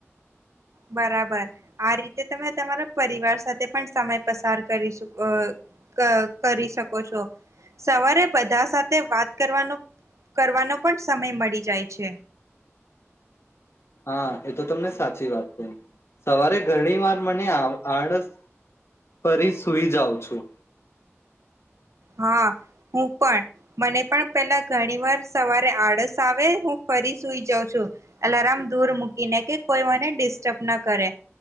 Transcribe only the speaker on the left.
હા એ તો તમને સાચી વાત કહિ સવારે ઘણી વાર મને આ આળસ- ફરી સુઈ જાઉં છું.